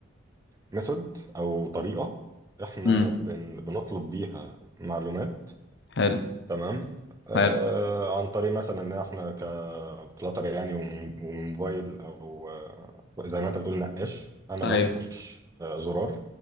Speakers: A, on the right; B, on the left.
A: ميثود او طريقه احنا
B: امم
A: بن بنطلب بيها معلومات
B: حلو
A: تمام آه
B: حلو
A: عن طريق مثلا ان احنا كفلاتر يعني وم- ومن موبايل او آه، زي ما انت بتقول نقاش انا
B: ايوه
A: بنقش آه زرار